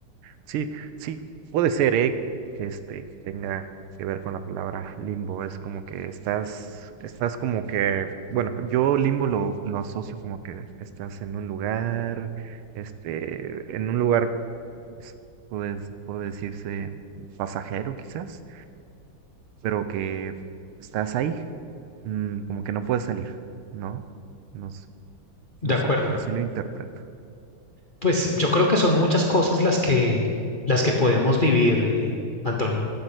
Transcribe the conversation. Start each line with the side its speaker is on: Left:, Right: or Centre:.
Right: Sí, sí, puede ser, ¿eh? que Este, que tenga que ver con la palabra limbo. Es como que estás, estás como que, bueno, yo limbo lo, lo asocio como que estás en un lugar, este, en un lugar, pues, puede, puede decirse pasajero quizás, pero que estás ahí, mm, como que no puedes salir, ¿no? No, s-
Left: De
Right: no
Left: acuerdo.
Right: sé, así lo interpreto.
Left: Pues yo creo que son muchas cosas las que, las que podemos vivir, eh, Anthony.